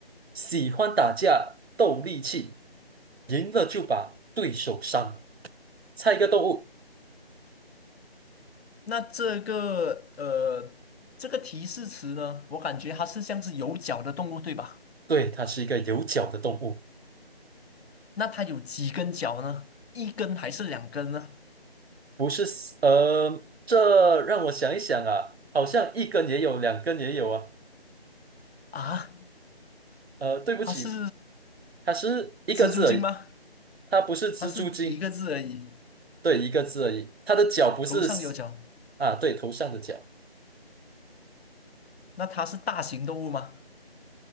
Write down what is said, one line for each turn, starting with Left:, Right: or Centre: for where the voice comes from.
Right: 喜欢打架，斗力气，赢了就把对手伤。猜一个动物，
Left: 那这个呃，这个提示词呢，我感觉它是像是有脚的动物，对吧？
Right: 对，它是一个有角的动物。
Left: 那它有几根脚呢？一根还是两根呢？
Right: 不是四呃，这让我想一想啊，好像一根也有，两根也有啊。
Left: 啊？
Right: 呃，对不起，
Left: 它是
Right: 它是一个字而已，
Left: 蜘蛛精吗？
Right: 它不是蜘蛛精，
Left: 它是一个字而已，
Right: 对，一个字而已。它的脚不是四
Left: 头上有角。
Right: 啊，对，头上的角
Left: 那它是大型动物吗？